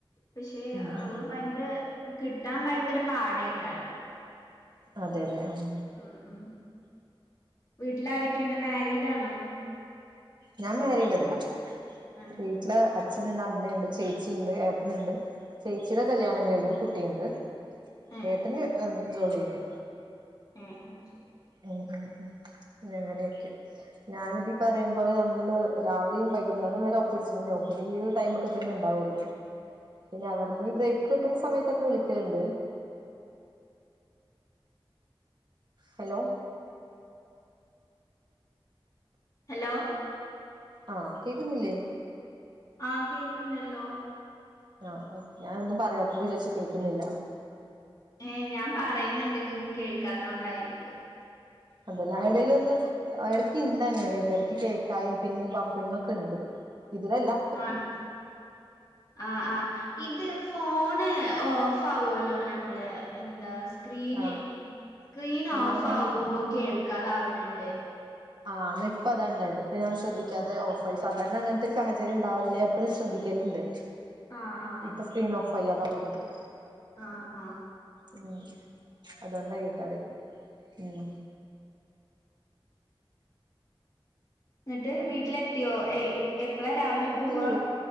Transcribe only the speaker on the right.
ഉം
ഉം
അതേലെ? ഉം
ഞാൻ മാരീഡല്ല
വീട്ടില്
അച്ച നുണ്ട്, അമ്മയുണ്ട്, ചേച്ചിയ്ണ്ട്, ഏട്ടന്ണ്ട്, ചേച്ചിയുടെ കല്യാണം കഴിഞ്ഞ് കുട്ടിയുണ്ട്
ഏട്ടന് ജോലിയ്ണ്ട്
ഉം ഉം ഉം അങ്ങനെയെക്കെ ഞാനിപ്പയീ പറയുംപോലെ നമ്മള് രാവിലെയും വൈകുന്നേരം വരെ <unintelligible> ണ്ടാവും പിന്ന ഈയൊരു ടൈമൊക്കെ തന്നെണ്ടാവൊള്ളു പിന്നെ അവിടുന്ന് ഈ ബ്രേക്ക് കിട്ടുന്ന സമയത്തൊക്കെ വിളിക്കലണ്ട് ഹലോ
ആഹ് കേക്ക്ന്നില്ലേ?
ആ ഓക്കെ ഞാനൊന്നും പറയാത്തപ്പ വിചാരിച്ചു കേൾക്കുന്നില്ലാന്ന്‌
അതേലേ? എടയിലൊന്ന് എടക്കിണ്ടങ്ങനെട്ടോ എടക്കി കേക്കായിം പിന്നെ ബഫറിങ്ങാക്കെണ്ട് ഇതിലെല്ലാ
ആഹ്
ആഹ്
ആഹ്
ആഹ് ഇന്നായിപ്പതാണ്ടായത് ഇപ്പ ഞാൻ ശ്രദ്ധിക്കാതെ ഓഫായി സാധാരണ അങ്ങനത്തെരു സാഹചര്യണ്ടാവല്ലില്ല ഞാ എപ്പഴും ശ്രദ്ധിക്കല്ണ്ട്
ഇപ്പം സ്ക്രീനോഫായി അതാ തോന്നുണ്ട്
ഉം അതൊണ്ടാ കിട്ടാതെയിരുന്നേ ഉം.
എത്തി